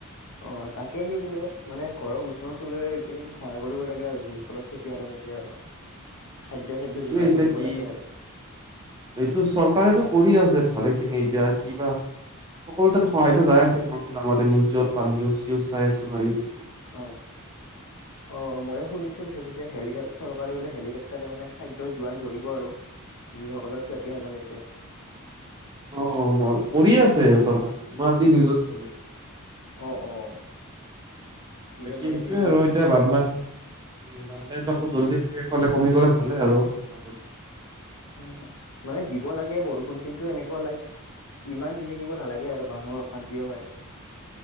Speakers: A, on the left (about 80°); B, on the right (about 20°).
A: অ তাকে সেই বোলো মানে ঘৰৰ ওচৰ চুবুৰীয়াৰ এইকেইদিন সহায় কৰিব লাগে আৰু যিসকলৰ খেতি সাধন আৰু। খাদ্য চাদ্য
B: সেইটো
A: যোগাৰ
B: এয়া,
A: ধৰিব
B: কি
A: লাগে আৰু
B: এইটো চৰকাৰেেতটো কৰি আছে। ভালে খিনি এতিয়া কিবা সকলো তাত
A: উম
B: সহায়তো যাই আছে আমাক ুামতে নিউজত নিউজ চাই আছো নহয় এইদি
A: অ' অ'। অ' ময়ে শুনিছো পিছ পিছেিক চৰকাৰে বোলে হেলিকপটাৰে মানে খাদ্য জোৰান ধৰিব আৰু। যিসকলক ক্ষতিসাধাধনাই হৈছে।
B: অ' মই কৰি আছে চৰকাৰে মই আজি নিউজত চালো।
A: অ' অ'। কিবা
B: এইটোয়ে
A: মই হেৰি
B: আৰু
A: নিউজ
B: এতিয়া বানপানী
A: উম
B: উ বানপানীত
A: উম
B: আকৌ জলদি খ সিফালে কমি গ'লে ভালে আৰু। <unintelligible>
A: উম মানে দিব লাগে বৰষুণ কিন্তু এনেকুৱা লাইক। ইমান দি থাকিব নালাগে আৰু মানুহৰ অশান্তিও হয়।